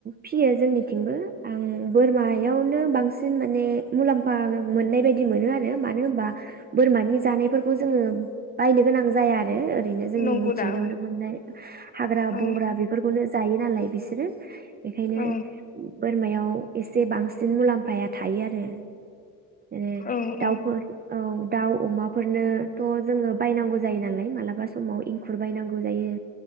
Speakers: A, on the right; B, on the left.
A: फियो जोंनिथिंबो आं बोरमायावनो बांसिन माने मुलाम्फा मोननाय बायदि मोनो आरो मानो होनबा बोरमानि जानायफोरखौ जोङो बायनो गोनां जाया आरो ओरैनो जोंनि
B: नंगौ
A: मिथिंगायावनो
B: दा औ
A: मोननाय हाग्रा
B: औ
A: बंग्रा बेफोरखौनो जायो नालाय बिसोरो बेखायनो
B: औ
A: मायाव एसे बांसिन मुलाम्फाया थायो आरो ए
B: औ
A: दाउफोर
B: औ
A: औ दाउ अमाफोरनोथ' जोङो बायनांगौ जायो नालाय मालाबा समाव एंखुर बायनांगौ जायो